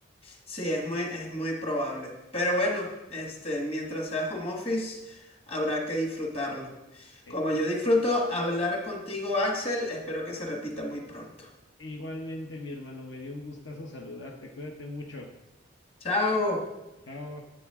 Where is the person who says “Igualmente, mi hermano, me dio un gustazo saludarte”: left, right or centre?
Left